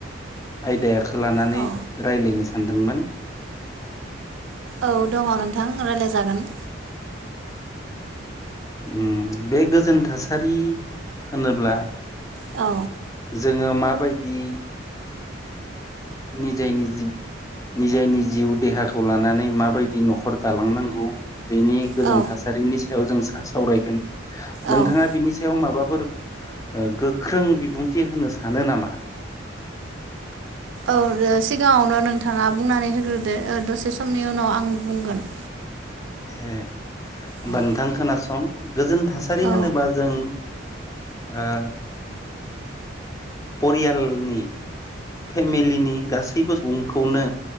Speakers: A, on the left; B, on the right.
A: आयदाखौ लानानै
B: औ
A: रायलायनो सानदोंमोन
B: औ दङ नोंथां रायलायजागोन
A: ओम बे गोजोन थासारि होनोब्ला
B: औ
A: जोङो माबायदि निजाय निजि निजायनि जिउ देहाखौ लानानै माबायदि न'खर दालांनांगौ बेनि गोजोन
B: औ
A: थासारिनि सायाव जों सा-सावरायगोन।
B: औ
A: नोंथाङा बिनि सायाव माबा फोर गोख्रों बिबुंथि होनो सानो नामा
B: औ ओ सिगाङावनो नोंथाङा बुंनानै होग्रोदो ओ दसे समनि उनाव आं बुंगोन
A: ए होमबा
B: औ
A: नोंथां खोनासं गोजोन थासारि
B: औ
A: होनोबा जों आ परियालनि फेमिलिनि गासैबो सुबुंखौनो